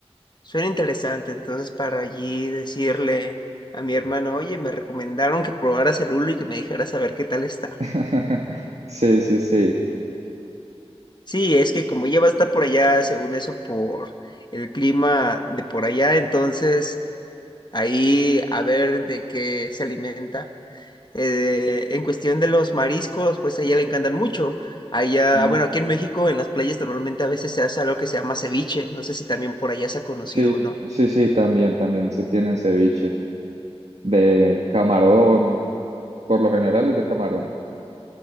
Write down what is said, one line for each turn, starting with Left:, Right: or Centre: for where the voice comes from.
Left: Suena interesante. Entonces, para allí decirle a mi hermano, oye, me recomendaron que probaras el hulo y que me dijeras a ver qué tal está.
Right: <laughs> Sí, sí, sí.
Left: Sí, es que como ya va a estar por allá, según eso, por el clima de por allá, entonces ahí a ver de qué se alimenta. Eh, en cuestión de los mariscos, pues a ella le encantan mucho. Allá,
Right: Mm.
Left: bueno, aquí en México, en las playas normalmente a veces se hace algo que se llama ceviche. No sé si también por allá se ha conocido
Right: Sí,
Left: o no.
Right: sí, sí, también, también se tiene ceviche de camarón, por lo general es de camarón.